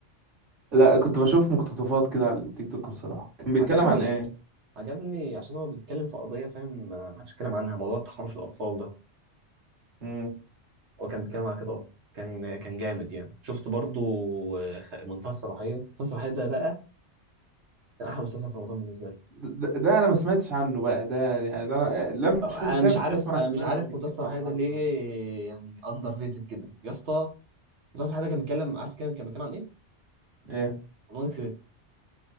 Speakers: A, on the right (about 50°); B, on the right (about 70°).
A: لا كنت بشوف مقتطفات كده على التيك توك بصراحة كان بيتكلم
B: عجبني
A: عن ايه
B: عجبني عشان هو بيتكلم في قضية فاهم آه، محدش اتكلم عنها موضوع تحرش الأطفال ده
A: امم
B: هو كان بيتكلم على كده أصلا كان كان جامد يعني شفت برضو آه، خ- منتهى الصلاحية منتهى الصلاحية ده بقى كان أحلى مسلسل في رمضان بالنسبة لي
A: ده, ده انا ما سمعتش عنه بقى ده يعني ده انا لم
B: أو- أنا
A: شمسية
B: مش
A: كنت
B: عارف
A: اسمع عن
B: أنا
A: أخبار
B: مش عارف
A: انه بيتكلم
B: منتهى الصلاحية
A: عن التحرش
B: ده ليه
A: والعنف.
B: يعني أندر ريتد كده يا اسطى منتهى الصلاحية ده كان بيتكلم عارف كان كان بيتكلم عن إيه؟
A: ايه
B: عن وان اكسبت